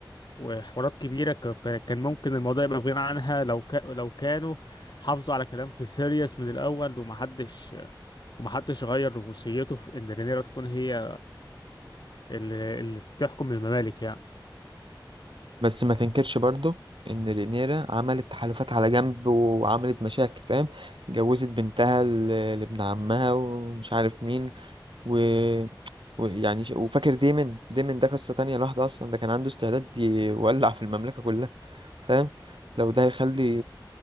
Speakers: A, on the left; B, on the right.
A: وحوارات كبيرة ك- ك- كان ممكن الموضوع يبقى في غنى عنها لو كا لو كانوا حافظوا على كلام في سيريوس من الأول ومحدش ومحدش غير وصيته في إن رينيرا تكون هي اللي, اللي تحكم الممالك يعني
B: بس ما تنكرش برضو ان رينيرا عملت تحالفات على جنب وعملت مشاكل فاهم جوزت بنتها ل- لابن عمها ومش عارف مين و... ويعني ش- وفاكر ديمن ديمن ده قصة تانية لوحده اصلا ده كان عنده استعداد يولع في المملكة كلها فاهم لو ده هيخلي